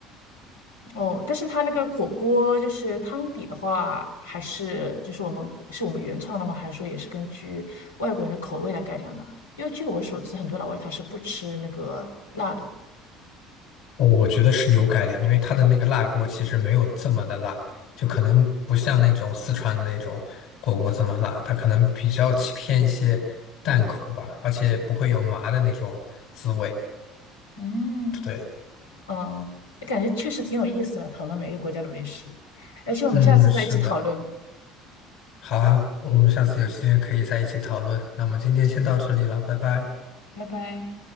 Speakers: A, on the left; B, on the left.
A: 哦。但是它那个火锅就是汤底的话，还是就是我们是我们原创的吗？还是说也是根据外国人的口味来改良的？因为据我所知，很多老外他是不吃那个辣的。
B: 我觉得是有改良，因为它的那个辣锅其实没有这么的辣，就可能不像那种四川的那种火锅这么辣，它可能比较起偏一些淡口吧，而且不会有麻的那种滋味。
A: 嗯，
B: 对，
A: 嗯，感觉确实挺有意思的，讨论每个国家的美食。而且我们下次再一起讨论
B: 嗯，是的，好啊，我们下次有时间可以在一起讨论。那我们今天先到这里了，拜拜。
A: 拜拜。